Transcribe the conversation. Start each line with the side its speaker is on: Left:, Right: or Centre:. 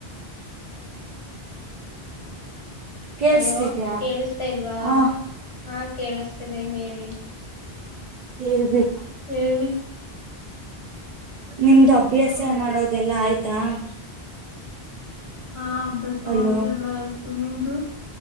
Right: ಕೇಳ್ಸ್ತಿದ್ಯಾ
Left: ಅಲೋ ಕೇಳಿಸತಾ ಇಲ್ವಾ
Right: ಹ
Left: ಹಾ ಕೇಳಿಸ್ತಿದೆ ಹೇಳಿ
Right: ಹೇಳ್ರಿ
Left: ಹೇಳಿ
Right: ನಿಮ್ದು ಅಭ್ಯಾಸ
Left: ಹಾ
Right: ಮಾಡೋದೆಲ್ಲಾ ಆಯ್ತು ಥ
Left: ಹಾ ಅಭ್ಯಾಸ
Right: ಹಲೋ
Left: ಮಾಡುದಿಲ್ಲ ಆಯ್ತು ನಿಮ್ದು